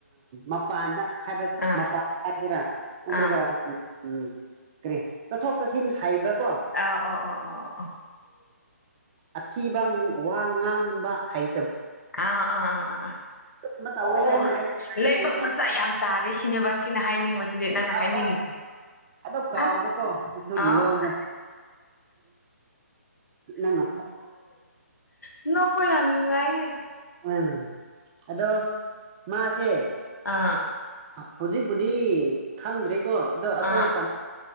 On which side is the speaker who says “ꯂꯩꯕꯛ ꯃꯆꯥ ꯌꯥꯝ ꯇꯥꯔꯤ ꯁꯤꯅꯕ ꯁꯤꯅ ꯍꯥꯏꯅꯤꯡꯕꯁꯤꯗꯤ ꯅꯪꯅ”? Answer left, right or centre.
Left